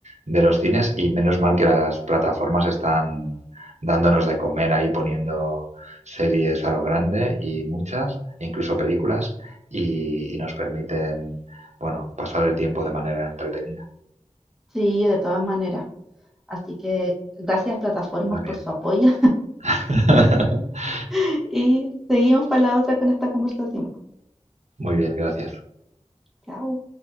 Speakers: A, on the right (about 65°); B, in the centre.
A: de los cines y menos mal que las plataformas están dándonos de comer ahí poniendo series a lo grande y muchas, e incluso películas, y, y nos permiten, bueno, pasar el tiempo de manera entretenida.
B: Sí, de todas maneras. Así que gracias plataformas
A: Muy
B: por
A: bien.
B: su apoyo
A: <laughs>
B: <laughs> y seguimos para la otra con esta conversación.
A: Muy bien, gracias.
B: Chao.